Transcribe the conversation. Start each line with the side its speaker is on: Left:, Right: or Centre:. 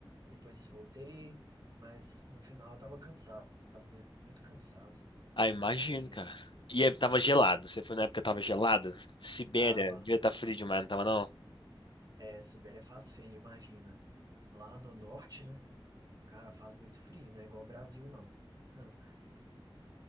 Right: depois voltei, mas no final eu tava cansado, né? Muito cansado
Left: Ah, imagino,
Right: quando eu cheguei.
Left: cara. E aí, tava gelado.
Right: É,
Left: Você foi na época que tava gelada? Sibéria,
Right: tava.
Left: devia estar frio demais, não tava não?
Right: É, Sibéria faz frio, imagina. Lá no norte, né? Cara, faz muito frio, não é igual ao Brasil, não. <laughs>